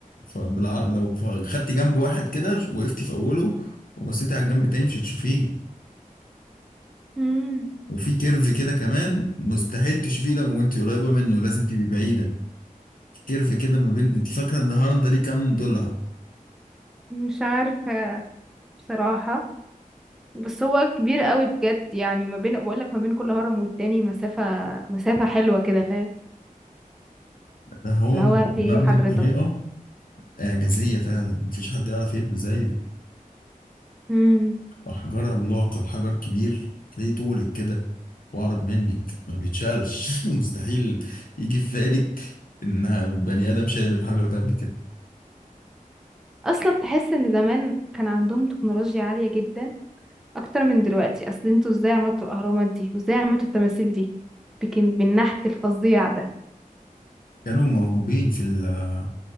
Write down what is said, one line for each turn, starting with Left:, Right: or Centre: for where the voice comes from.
Left: فبالع... لو خدتي جنب واحد كده وقفتي في اوله وبصيتي على الجنب التاني مش هتشوفيه
Centre: مم.
Left: وفي كيرف كده كمان مستحيل تشوفيه لو وانت قريبه منه لازم تبقي بعيده كيرف كده ما بين انت فاكره ان الهرم ده ليه كام ضلع
Centre: مش عارفة بصراحة بس هو كبير قوي بجد يعني ما بين بقول لك ما بين كل هرم والتاني مسافة مسافة حلوة كده فاهم
Left: ده هو
Centre: اللي هو
Left: مبني
Centre: في ايه حضرتك
Left: بطريقه إعجازية فعلا مفيش حد يعرف يبني زيه
Centre: امم
Left: أحجار عملاقة الحجر كبير تلاقيه طولك كده وأعرض منك ما بيتشالش <laughs> مستحيل يجي في بالك إن بني آدم شايل الحجر ده قبل كده
Centre: اصلا تحس ان زمان كان عندهم تكنولوجيا عالية جدا اكتر من دلوقتي اصل انتوا ازاي عملتوا الاهرامات دي وازاي عملتوا التماثيل دي بكم بالنحت الفظيع ده
Left: كانوا موهوبين في ال-